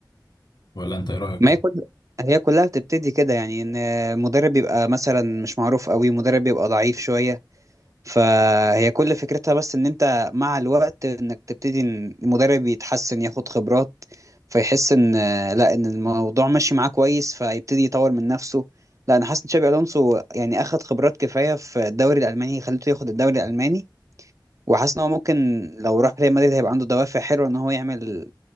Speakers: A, on the left; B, on the right.
A: ولا انت ايه رايك
B: ما هي كل هي كلها بتبتدي كده يعني ان مدرب بيبقى مثلا مش معروف قوي مدرب بيبقى ضعيف شوية فهي كل فكرتها بس ان انت مع الوقت انك تبتدي ان المدرب يتحسن ياخد خبرات فيحس ان لا ان الموضوع ماشي معاه كويس فيبتدي يطور من نفسه لا انا حاسس ان تشابي الونسو يعني اخد خبرات كفاية في الدوري الالماني خليته ياخد الدوري الالماني وحاسس ان هو ممكن لو راح ريال مدريد هيبقى عنده دوافع حلوة ان هو يعمل